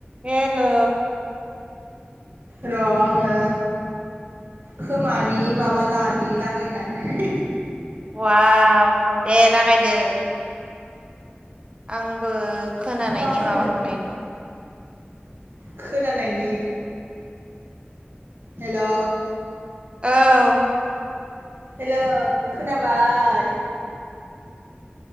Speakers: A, on the right; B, on the right.
A: हेल' <inaudible> हेल'
B: र' आङो खोमानि माबा लानि लागायनानै
A: अवाव दे लागायदो। आंबो खोनानायनि
B: मा होनो
A: माबा खालायनि
B: खोनानायनि हेल'
A: औ
B: हेल' खोनाबाय।